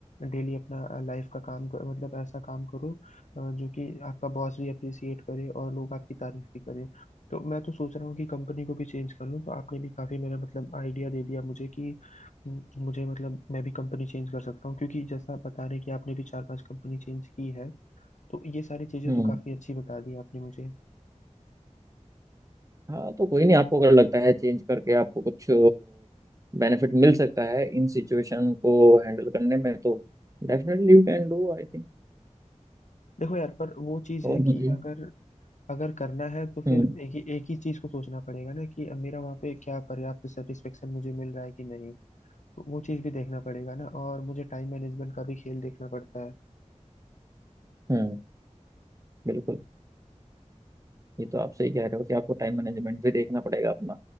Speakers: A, on the left; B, on the right.
A: डेली अपना लाइफ का काम कर, मतलब ऐसा काम करो अ, जो कि आपका बॉस भी अप्रिसिएट करे और लोग आपकी तारीफ भी करें तो मैं तो सोच रहा हूँ कि कंपनी को भी चेंज कर लूँ तो आपने भी काफी मेरा मतलब आइडिया दे दिया मुझे कि हम्म, मुझे मतलब मैं भी कंपनी चेंज कर सकता हूँ क्योंकि जैसा आप बता रहे हैं कि आपने भी चार पांच कंपनी चेंज की है तो ये सारी चीजें
B: हम्म
A: तो काफी अच्छी बता दी आपने मुझे
B: हाँ तो कोई नहीं आपको अगर लगता है चेंज करके आपको कुछ बेनिफिट मिल सकता है इन सिचुएशन को हैंडल करने में तो definitely you can do I think
A: देखो यार पर वो चीज
B: और
A: है कि
B: बताइए
A: अगर अगर करना है तो
B: हम्म
A: फिर एक ही एक ही चीज को सोचना पड़ेगा ना कि मेरा वहाँ पे क्या पर्याप्त सेटिस्फेक्शन मुझे मिल रहा है कि नहीं तो वो चीज भी देखना पड़ेगा ना और मुझे टाइम मैनेजमेंट का भी खेल देखना पड़ता है
B: हम्म बिल्कुल ये तो आप सही कह रहे हो कि आपको टाइम मैनेजमेंट भी देखना पड़ेगा अपना